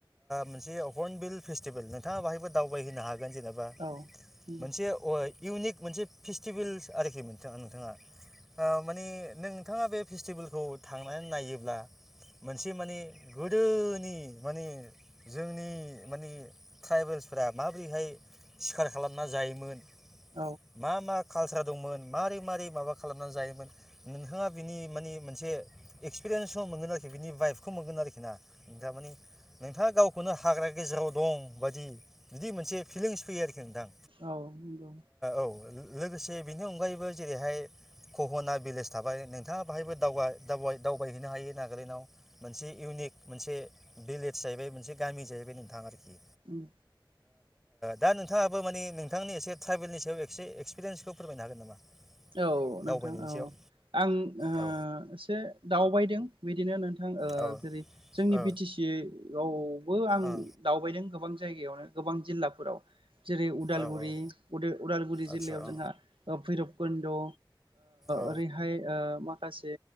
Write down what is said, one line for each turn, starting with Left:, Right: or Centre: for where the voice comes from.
Centre: मोनसे हर्नबिल फेस्टिभेल नोंथाङा बहायबो दावबायहोननो हागोन गोन जेनेबा
Right: औ नंगौ
Centre: मोनसे अय इउनिक मोनसे फेस्टिभेलस आरोखि नोंथाङा नोंथाङा आ माने नोंथाङा बे फेस्टिभेलखौ थांनानै नायोब्ला मोनसे माने गोदोनि माने जोंनि माने ट्राइबेल्सफ्रा माबोरैहाय सिखार खालामना जायोमोन
Right: औ
Centre: मा मा कालसार दंमोन मारै मारै माबा खालामनानै जायोमोन नोंथाङा बिनि मानि मोनसे एक्सपिरियेन्स मोनगोन आरोखि बिनि बाइफखौ मोनगोन आरोखि ना थारमाने नोंथाङा गावखौ खुनु हाग्रा गेजेराव दं बायदि बिदि मोनसे फिलिंस फैयो आरोखि नोंथां
Right: औ नंगौ
Centre: औ लोगोसे बेनि अनगायैबो जेरैहाय कहना भलेज थाबाय नोंथाङा बाहायबो दाव दावबायहैनो हायो नागालेण्डआव मोनसे इउनिक मोनसे भिलेज जाहैबाय मोनसे गामि जाहैबाय नोंथां आरखि
Right: ओम
Centre: दा नोंथाङाबो मानानि नोंथांनि एसे ट्राइभेलनि सायाव एक्सपिरियेन्सखौ फोरमायनो हागोन नामा
Right: औ
Centre: दावबायनायनि
Right: नोंथां औ
Centre: सायाव
Right: आं ओ
Centre: औ
Right: एसे दावबायदों बिदिनो नोंथां जेरै
Centre: औ
Right: जोंनि
Centre: औ
Right: बि टि सि आवबो आं
Centre: ओ औ
Right: दावबायदों गोबां जायगायावनो गोबां जिल्ला फोराव जेरै उदालगुरि
Centre: औ औ
Right: उदालगुरि
Centre: आदसा
Right: जिल्लायाव
Centre: औ
Right: जोंहा भैरब खन्द ओ
Centre: औ
Right: ओरैहाय मा माखासे